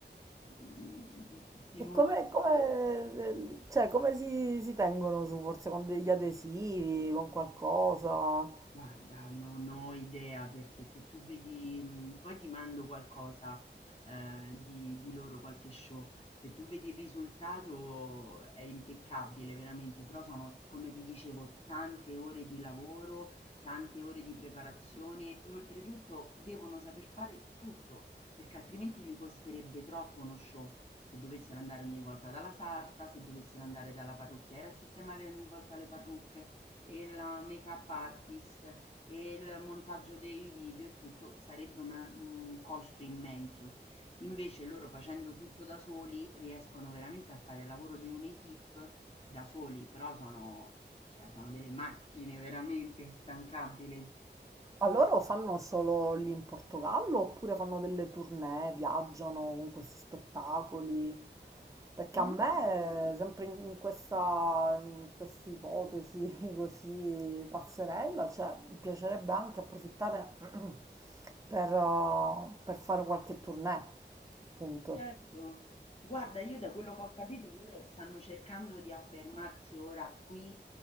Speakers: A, on the left; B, on the right.
A: mm, mm, sinuose.
B: E come, come- cioè, come si, si tengono su, forse con degli adesivi, con qualcosa?
A: Guarda, non ho idea perché se tu vedi mhmm, poi ti mando qualcosa, ehm, di di loro, qualche show. Se tu vedi il risultato è impeccabile veramente, però sono, come ti dicevo, tante ore di lavoro, tante ore di preparazione e oltretutto devono saper fare tutto, perché altrimenti gli costerebbe troppo uno show. Se dovessero andare ogni volta dalla sarta, se dovessero andare dalla parrucchiera a sistemare ogni volta le parrucche e la make-up artist e il montaggio dei video e tutto, sarebbe una- un costo immenso. Invece loro facendo tutto da soli riescono veramente a fare il lavoro di un'equipe da soli, però sono, cioè, sono delle macchine veramente instancabili.
B: Ma loro fanno solo lì in Portogallo oppure fanno delle tournée, viaggiano con questi spettacoli? Perché
A: E
B: a me,
A: loro
B: eh, sempre in in questa, in questa ipotesi <laughs> così pazzerella, cioè, mi piacerebbe anche approfittare <clears throat> per, eh, per fare qualche tournée, appunto.
A: Certo, guarda, io da quello che ho capito loro stanno cercando di affermarsi ora qui